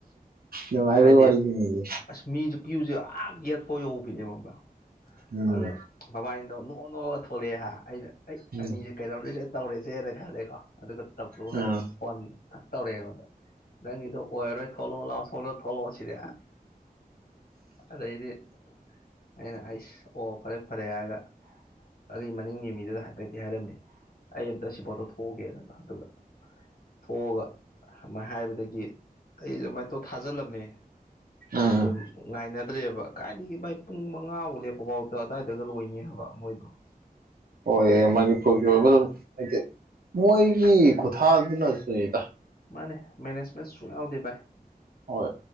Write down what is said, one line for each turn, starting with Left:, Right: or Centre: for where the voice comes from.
Right: ꯅꯨꯡꯉꯥꯏꯕꯩ
Left: ꯍꯥꯏꯗꯤ
Right: ꯋꯥꯔꯤꯅꯤꯅꯦ
Left: ꯑꯁ ꯃꯤꯁꯨ ꯀ꯭ꯌꯨꯁꯦ ꯑ ꯌꯦꯠꯄ ꯌꯧꯕꯤꯅꯦ ꯃꯕꯥ
Right: ꯎꯝ
Left: ꯑꯗ ꯃꯕꯥꯏꯅ ꯅꯣꯛ ꯅꯣꯛꯉꯒ ꯊꯣꯛꯂꯛꯑꯦ ꯍꯥ ꯑꯩꯅ ꯑꯩ
Right: ꯎꯝ
Left: ꯑꯅꯤꯁꯦ ꯀꯩꯅꯣꯧꯗꯣꯏꯁꯦ ꯇꯧꯔꯦꯁꯦꯅ ꯈꯜꯂꯦꯀꯣ ꯑꯗꯨꯒ ꯇꯞ꯭ꯂꯨꯅ
Right: ꯎꯝ
Left: ꯐꯣꯟ ꯊ ꯇꯧꯔꯛꯑꯦ ꯑꯩꯉꯣꯟꯗ ꯅꯪꯒꯤꯗꯣ ꯑꯣꯏꯔꯔꯣꯏ ꯊꯣꯛꯂꯛꯑꯣ ꯂꯥꯛꯑꯣ ꯁꯣꯛꯗꯣꯏ ꯊꯣꯛꯂꯛꯑꯣ ꯁꯤꯗꯤ ꯑꯗꯩꯗꯤ ꯑꯩꯅ ꯑꯩꯁ ꯑꯣ ꯐꯔꯦ ꯐꯔꯦ ꯍꯥꯏꯔꯒ ꯑꯩ ꯃꯅꯤꯡꯒꯤ ꯃꯤꯗꯨꯗ ꯍꯥꯏꯐꯦꯠꯇꯤ ꯍꯥꯏꯔꯝꯃꯦ ꯑꯩ ꯑꯝꯇ ꯁꯤ ꯄꯣꯠꯇꯣ ꯊꯣꯛꯑꯒꯦꯅꯀ ꯑꯗꯨꯒ ꯊꯣꯛꯑꯒ ꯑꯗꯨꯥꯏꯅ ꯍꯥꯏꯕꯗꯒꯤ ꯑꯩ ꯑꯗꯨꯃꯥꯏ ꯇꯧ ꯊꯥꯖꯤꯜꯂꯝꯃꯦ
Right: ꯎꯝ ꯎꯝ
Left: ꯑꯗꯨ ꯉꯥꯏꯅꯗ꯭ꯔꯦꯕ ꯀꯥꯏꯗꯒꯤ ꯃꯥꯏ ꯄꯨꯡ ꯃꯉꯥꯐꯥꯎ ꯂꯦꯞꯄꯐꯥꯎꯗ ꯑꯗꯨꯋꯥꯏꯗꯒ ꯂꯣꯏꯅꯤ ꯍꯥꯏꯕ ꯃꯣꯏꯗꯣ <inaudible>
Right: ꯍꯣꯏ ꯃꯅꯤꯄꯨꯔꯒꯤ ꯑꯣꯏꯕ ꯑꯗꯨ ꯍꯥꯏꯗꯤ ꯃꯣꯏꯒꯤ ꯈꯨꯊꯥꯗꯨꯅꯁꯨꯅꯤꯗ
Left: ꯃꯥ ꯃꯦꯅꯦꯖꯃꯦꯦꯟ ꯁꯨꯥꯎꯗꯦꯚꯥꯏ
Right: ꯍꯣꯏ